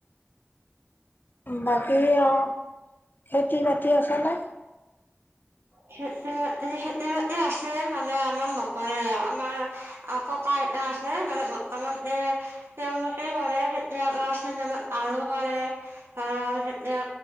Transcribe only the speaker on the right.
খেতি বাতি খেতি বাতি আছে মানে আমাৰ নকৰে আমাৰ আ ককা আইতা আছে মানে বৰ্তমান এ তেওঁলোকে কৰে এতিয়া আলু কৰে তাৰ এতিয়া